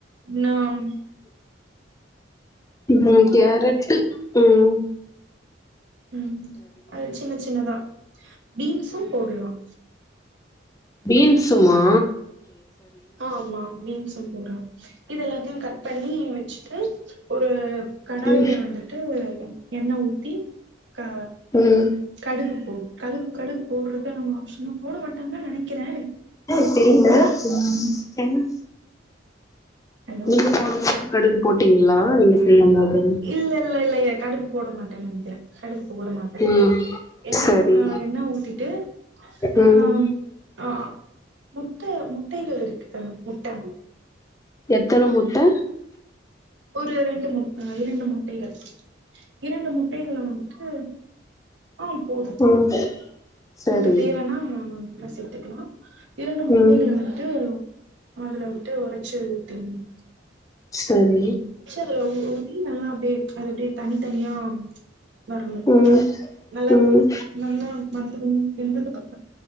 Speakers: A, on the right; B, on the left.
A: நாம்
B: உம் கேரட் உம்
A: உம் அது சின்ன சின்னதா பீன்ஸ்சும் போடலாம்
B: பீன்ஸ்மா
A: ஆ ஆமா பீஸ் போடுற இது எல்லாத்தையும் கட் பண்ணி வச்சுட்டு ஒரு கடாயில
B: ம்
A: வந்துட்டு எண்ண உத்தி கா
B: ம்
A: கடுகு கடு கடுகு போடுறது நம சும்மா போட வேண்டானுதான் நினைக்கிறேன்
B: ஆ தெரியுதா உஹம் உஹ
A: ஹலோ
B: நீங்க போடும் போது கடுகு போட்டீங்களா நீங்க செய்யும் போது
A: இல்ல இல்ல இல்ல எ கடுப் போட மாட்டன்னு நெனைக்கிறே ஓட மாட்டே
B: ம்
A: என்ன
B: சரி
A: ஆ என்ன ஊட்டிட்டு ஆ
B: ம்
A: அ அ முட்டை முட்டைகள் இருக்குக்கா முட்டை
B: எத்தன முட்ட
A: ஒரு ரெண்டு முட்டை இரண்டு முட்டைகள் இரண்டு முட்டைகளை வந்துட்டு ஆஹ போது
B: ம் சரி
A: உனக்கு தேவன்னா வேண்ணா அத சேத்துக்கலா இரண்டு முட்டைகளை
B: ம்
A: வந்துட்டு அதுல முட்ட உடைச்சு ஊத்தனும்
B: சரி
A: ஆ ஊ ஊத்தி நல்லா அப்டியே அது அப்டியே தனி தனியா வரும்
B: ம்
A: நல்லா
B: ம்
A: நல்லா வெந்துரு வெந்ததுக்கு அப்